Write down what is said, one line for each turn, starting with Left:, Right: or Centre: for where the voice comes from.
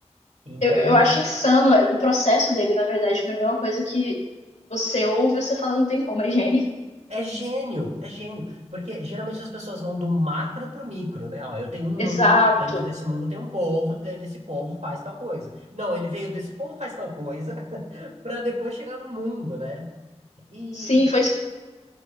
Right: Então,
Left: Eu, eu acho insano é, o processo dele, na verdade, pra mim é uma coisa que você ouve e você fala, não tem como, é gênio.
Right: É gênio, é gênio. Porque geralmente as pessoas vão do macro pro micro, né? Ó, eu tenho um mundo,
Left: Exato.
Right: dentro desse mundo tem um povo, de- desse povo faz tal coisa. Não, ele veio desse povo faz tal coisa, <laughs> para depois chegar no mundo, né? E
Left: Sim, foi.